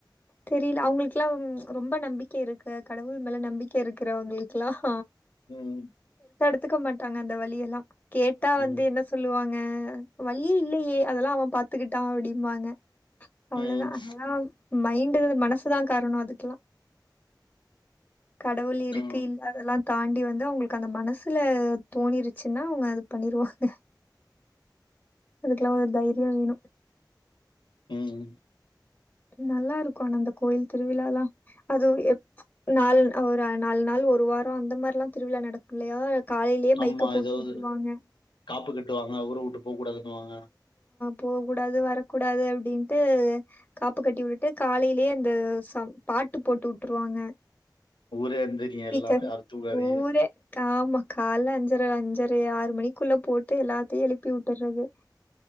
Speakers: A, on the left (about 20°); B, on the left (about 85°).
A: தெரியல அவுங்களுக்குல்லாம் ரொம்ப நம்பிக்கை இருக்கு கடவுள் மேல நம்பிக்கை இருக்கிறவங்களுக்குல்லாம்
B: உம்
A: ஒத்துக்க மாட்டாங்க அந்த வலியெல்லாம் கேட்டா
B: ம்
A: வந்து என்ன சொல்லுவாங்க ஹா வழி இல்லயே அதெல்லாம் அவன் பாத்துக்கிட்டான் அப்டிம்பாங்க அவ்ளோதான்
B: ம்
A: அதெல்லாம் மைண்டு மனசுதான் காரணம் அதுக்கெல்லாம் கடவுள் இருக்கு
B: ம்
A: இல்ல அதெல்லாம் தாண்டி வந்து அவங்களுக்கு அந்த மனசுல தோணிருச்சுன்னா அவங்க அது பண்ணிருவாங்க அதுக்கெல்லாம் ஒரு தைரியம் வேணும்
B: உம்
A: நல்லா இருக்கும் ஆனா அந்த கோயில் திருவிழா எல்லாம் அதுவும் எப் நாலு ஒரு நாலு நாள் ஒரு வாரம் அந்த மாரிலாம் திருவிழா நடக்கும் இல்லையா காலையிலயே மைக்க
B: ஆமா
A: போட்டு
B: ஏதாவது
A: உட்டுருவாங்க.
B: காப்பு கட்டுவாங்க ஒரு போ கூடாதுன்னுவாங்க
A: போக கூடாது வரக்கூடாது அப்படின்ட்டு காப்பு கட்டி விட்டு காலையில அப்டியே அந்த சாங் பாட்டு போட்டு வுட்டுருவாங்க
B: ஊரே எந்திரிங்க
A: ஸ்பீக்கரு
B: எல்லா யாரும் தூங்காதீங்க
A: ஊரே ஆமா காலை அஞ்சரை அஞ்சரை ஆறு மணிக்குள்ள போட்டு எல்லாத்தையும் எழுப்பி விட்டுறது